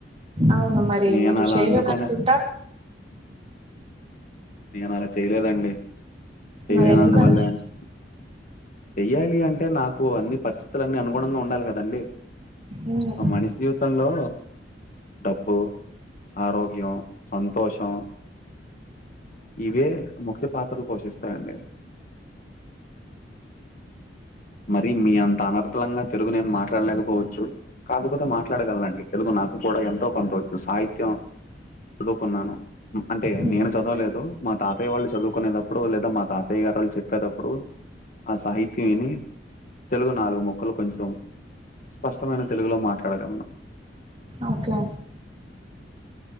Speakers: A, on the right; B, on the left.
A: అవును మరి
B: నేను
A: మీరు
B: అలా
A: చేయలేదు
B: అందుకోనే
A: అనుకుంటా.
B: నేనలా చేయలేదండి. చేయలేనందువల్లే
A: మరి ఎందుకనుష్
B: అండి చెయ్యాలి అంటే నాకు అన్ని పరిస్థితులన్ని అనుగుణంగా ఉండాలి కదండి.
A: మ్మ్
B: ఓ మనిషి జీవితంలో డబ్బు, ఆరోగ్యం, సంతోషం ఇవే ముఖ్య పాత్రలు పోషిస్తాయండి. మరి మీ అంత అనర్గలంగా తెలుగు నేను మాట్లాడలేకపోవచ్చు. కాకపోతే మాట్లాడగలనండి తెలుగు నాకు కూడా ఎంతో కొంతవచ్చు. సాహిత్యం చదువుకున్నాను అంటే
A: మ్మ్
B: నేను చదవలే దు మా తాతయ్య వాళ్ళు చదువుకునేటప్పుడు లేదా మా తాతయ్య గారు వాళ్ళు చెప్పేతప్పుడు ఆ సాహిత్యం విని తెలుగు నాలుగు ముక్కలు కొంచెం స్పష్టమైన తెలుగులో మాట్లాడగలను.
A: ఓకే